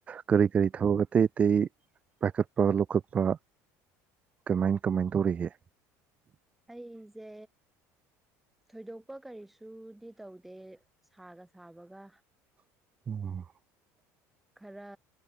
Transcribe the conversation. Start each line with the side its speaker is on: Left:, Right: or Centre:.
Right: ꯀꯔꯤ ꯀꯔꯤ ꯊꯕꯛ ꯑꯇꯩ ꯑꯇꯩ ꯄꯥꯏꯈꯠꯄ ꯂꯧꯈꯠꯄ ꯀꯃꯥꯏ ꯀꯃꯥꯏ ꯇꯧꯔꯤꯒꯦ
Centre: ꯑꯩꯁꯦ ꯊꯣꯏꯗꯣꯛꯄ ꯀꯔꯤꯁꯨꯗꯤ ꯇꯧꯗꯦ ꯁꯥꯒ ꯁꯥꯕꯒ
Right: ꯑꯣ
Centre: ꯈꯔ